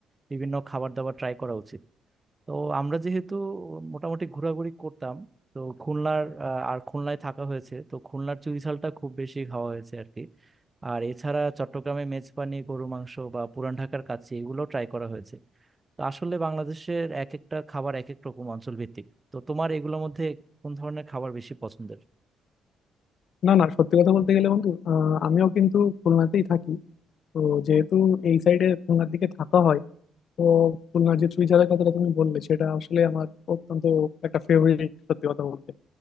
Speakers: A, on the right; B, on the left.
A: বিভিন্ন খাবার দাবার ট্রাই করা উচিত তো আমরা যেহেতু মোটামুটি ঘোরাঘুরি করতাম তো খুলনার আহ, আর খুলনায় থাকা হয়েছে তো খুলনার চুইঝালটা খুব বেশি খাওয়া হয়েছে আর কি আর এছাড়া চট্টগ্রামে মেজবানি গরু মাংস বা পুরান ঢাকার কাচ্চি এগুলো ট্রাই করা হয়েছে তো আসলে বাংলাদেশের এক একটা খাবার এক এক রকম অঞ্চল ভিত্তিক তো তোমার এগুলোর মধ্যে কোন ধরনের খাবার বেশি পছন্দের
B: না না সত্যি কথা বলতে গেলে বন্ধু আহ, আমিও কিন্তু খুলনাতেই থাকি তো যেহেতু এই সাইডে খুলনার দিকে থাকা হয় তো খুলনার যে চুইঝালের কথাটা তুমি বললে সেটা আসলে আমার অত্যন্ত একটা ফেভারিট সত্যি কথা বলতে